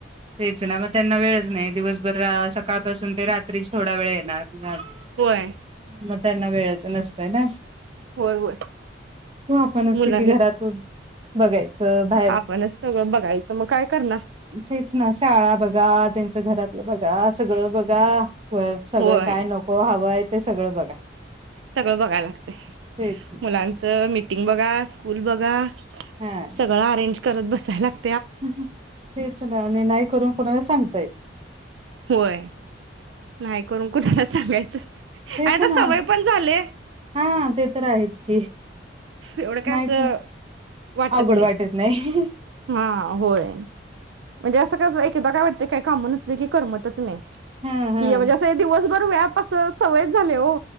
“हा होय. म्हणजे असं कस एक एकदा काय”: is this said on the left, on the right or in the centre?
Right